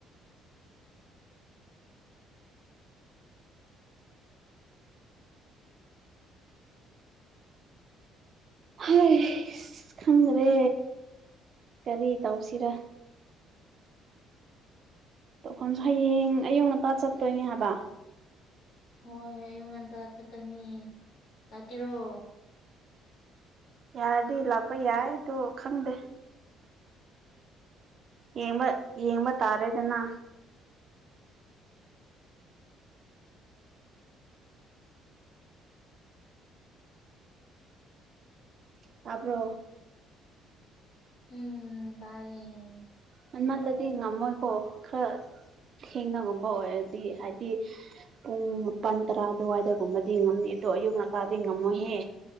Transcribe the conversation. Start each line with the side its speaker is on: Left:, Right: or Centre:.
Right: ꯍꯣꯏ ꯑꯁ ꯈꯪꯗ꯭ꯔꯦ ꯀꯔꯤ ꯇꯧꯁꯤꯔ ꯇꯧꯐꯝꯁꯨ ꯍꯌꯦꯡ ꯑꯌꯛ ꯑꯄꯥ ꯆꯠꯇꯣꯏꯅꯦ ꯍꯥꯏꯕ
Left: ꯍꯣꯏ ꯑꯌꯨꯛ ꯉꯟꯇꯥ ꯆꯠꯀꯅꯤ ꯂꯥꯛꯀꯦꯔꯣ
Right: ꯌꯥꯔꯗꯤ ꯂꯥꯛꯄ ꯌꯥꯏꯗꯣ ꯈꯪꯗꯦ ꯌꯦꯡꯕ ꯌꯦꯡꯕ ꯇꯥꯔꯦꯗꯅ ꯇꯄꯣ
Left: ꯎꯝ ꯇꯥꯏꯌꯦ
Right: ꯃꯟꯃꯜꯂꯗꯤ ꯉꯝꯃꯣꯏꯀꯣ ꯈꯔ ꯊꯦꯡꯅꯒꯨꯝꯕ ꯑꯣꯏꯔꯗꯤ ꯍꯥꯏꯗꯤ ꯄꯨꯡ ꯃꯥꯄꯜ ꯇꯔꯥ ꯑꯗꯨꯋꯥꯏꯗꯒꯨꯝꯕꯗꯤ ꯉꯝꯅꯤ ꯑꯗꯣ ꯑꯌꯨꯛ ꯉꯟꯇꯥꯗꯤ ꯉꯝꯃꯣꯏꯍꯦ